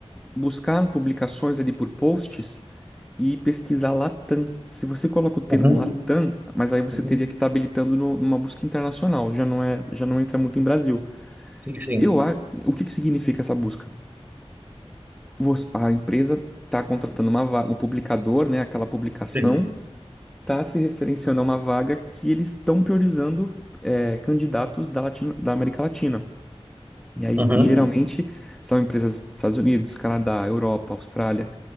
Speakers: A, in the centre; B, on the right (about 15°).
A: buscar publicações ali por posts e pesquisar Latam. Se você coloca o termo
B: Uhum,
A: Latam, mas aí você
B: uhum.
A: teria que estar habilitando no- numa busca internacional, já não é, já não entra muito em Brasil.
B: Sim, sim,
A: Eu, a- o que que significa essa busca? você- a empresa está contratando uma vaga, o publicador, né, aquela publicação,
B: sim.
A: está se referenciando a uma vaga que eles estão priorizando é, candidatos da, Latino- da América Latina. E aí,
B: Uhum,
A: geralmente, são empresas dos Estados Unidos, Canadá, Europa, Austrália,